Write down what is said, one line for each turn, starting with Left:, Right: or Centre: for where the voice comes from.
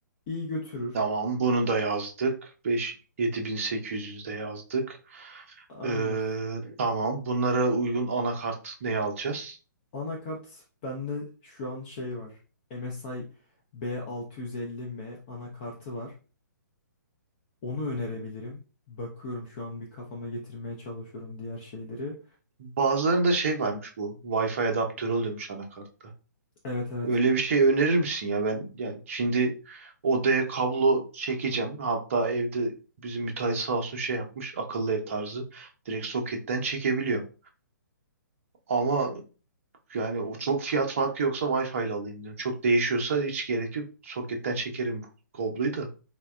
Left: İyi götürür.
Right: Tamam bunu da yazdık. 5 7800 de yazdık.
Left: Aynen.
Right: Ee, tamam bunlara uygun anakart ne alacağız?
Left: Anakart bende şu an şey var. MSI B650M anakartı var. Onu önerebilirim. Bakıyorum şu an bir kafama getirmeye çalışıyorum diğer şeyleri.
Right: Bazılarında şey varmış bu. Wi-Fi adaptörü oluyormuş anakartta.
Left: Evet evet.
Right: Öyle bir şey önerir misin ya? Ben yani şimdi odaya kablo çekeceğim. Hatta evde bizim müteahhit sağ olsun şey yapmış. Akıllı ev tarzı. Direkt soketten çekebiliyorum. Ama yani o çok fiyat farkı yoksa Wi-Fi ile alayım diyorum. Çok değişiyorsa hiç gerek yok. Soketten çekerim bu kabloyu da.